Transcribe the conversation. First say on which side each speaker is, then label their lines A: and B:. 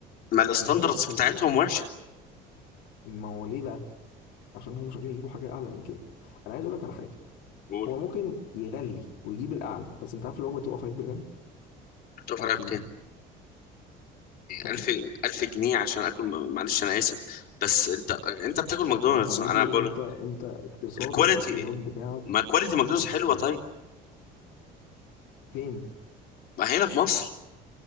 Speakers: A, on the left (about 55°); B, on the left (about 80°).
A: ما الستاندردز
B: زائد خلي
A: بتاعتهم
B: بالك هو
A: وحشة
B: ما هو ليه بقى عشان هم مش عارفين يجيبوا حاجه اعلى من كده انا عايز اقول لك على حاجه
A: قول
B: هو ممكن يغلي ويجيب الاعلى بس انت عارف الوجبه تقف عليك بكام
A: بتوفر
B: 1000
A: عليها بكام؟
B: جنيه فاهم
A: ألف ألف جنيه عشان آكل معلش أنا آسف بس أنت أنت بتاكل
B: ما
A: ماكدونالدز
B: هو يا حبيبي
A: أنا بقول
B: انت انت اقتصاد
A: الكواليتي
B: الاقتصاد بتاعك
A: ما كواليتي ماكدونالدز
B: مش
A: حلوة
B: حلو
A: طيب
B: فين
A: ما هنا في مصر